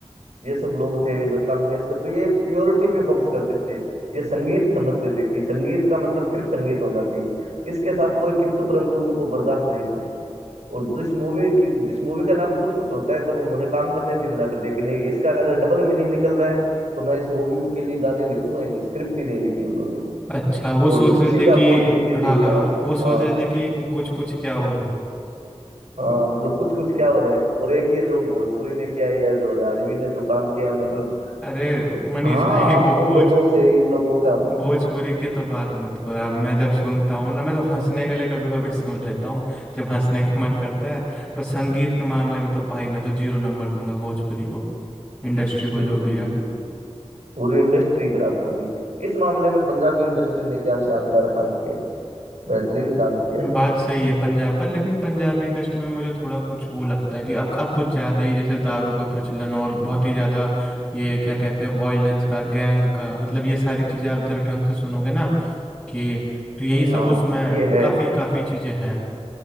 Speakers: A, on the right (about 90°); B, on the left (about 15°).
A: ये सब लोग थे लता मंगेशकर तो ये प्योरिटी पे फोकस करते थे ये संगीत समझते थे कि संगीत का मतलब सिर्फ संगीत होना चाहिए इसके साथ कोई किंतु परंतु उनको बर्दाश्त नहीं था और जिस मूवी की जिस मूवी का नाम कुछ कुछ होता है तब उन्होंने काम करने से मना कर दिया कि नहीं इसका अगर डबल मीनिंग निकल रहा है तो मैं इस मूवी के लिए गाने लिखूंगा ही नहीं स्क्रिप्ट ही नहीं लिखी उन्होंने
B: अच्छा वो सोच
A: और
B: रहे
A: उसी
B: थे
A: का अपोजिट
B: कि
A: ये
B: हाँ
A: देखिए
B: हाँ
A: हाँ
B: वो सोच
A: हाँ
B: रहे थे कि कु- कुछ कुछ क्या हो रहा है
A: हाँ, मतलब कुछ कुछ क्या हो रहा है और एक ये जो भोजपुरी ने किया है या जो हरियाणवी ने जो काम किया है, मतलब
B: अरे मनीष
A: हाँ
B: भाई
A: आप
B: भो, भोज
A: उन लोगों से इन लोगों का
B: भोजपुरी की तो बात मत करो अब मैं जब सुनता हूँ ना मैं तो हंसने के लिए कभी कभी सुन लेता हूँ जब हंसने का मन करता है पर संगीत के मामले में तो भाई मैं तो जीरो नंबर दूंगा भोजपुरी को इंडस्ट्री को
A: बिल्कुल
B: जो भी है
A: बिल्कुल पूरी इंडस्ट्री खराब कर दी इस मामले में पंजाबी इंडस्ट्री ने क्या शानदार काम किया है बेहतरीन काम किया है
B: बात सही है पंजाब पर लेकिन पंजाबी इंडस्ट्री में भी मुझे थोड़ा कुछ वो लगता है कि अब अब कुछ ज़्यादा ही जैसे दारू का प्रचलन और बहुत ही ज़्यादा ये क्या कहते हैं वॉयलेंस का गैंग का मतलब ये सारी चीज़ें आप ज़रा ढंग से सुनोगे ना कि तो यही
A: नहीं
B: सब
A: हाँ
B: उसमें
A: ये है
B: काफ़ी काफ़ी चीज़ें हैं